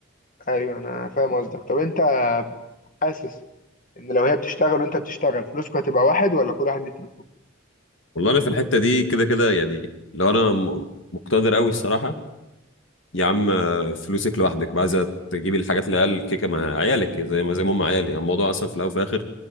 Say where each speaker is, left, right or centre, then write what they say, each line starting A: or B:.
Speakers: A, on the left (about 40°); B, on the left (about 65°).
A: ايوه انا فاهم قصدك طب انت حاسس ان لو هي بتشتغل وانت بتشتغل فلوسكوا هتبقى واحد ولا كل واحد ليه فلوسه
B: والله انا في الحته دي كده كده يعني لو انا م- مقتدر قوي الصراحه يا عم فلوسك لوحدك بقى عايزه تجيبي الحاجات اللي قال كيكه مع عيالك زي ما زي ما هم عيالي يعني الموضوع اصلا في الاول وفي الاخر